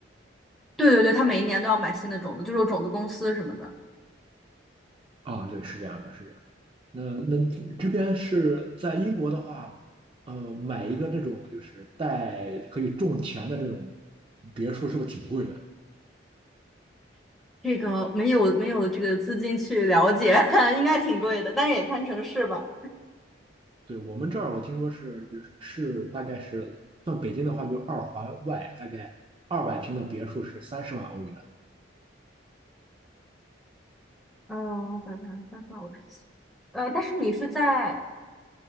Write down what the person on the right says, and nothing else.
哦，对，是这样的，是这样的那那这这边是在英国的话，呃，买一个那种就是带可以种田的这种别墅，是不是挺贵的？
对，我们这儿我听说是就是是大概是算北京的话，就二环外大概二百平的别墅是三十万欧元。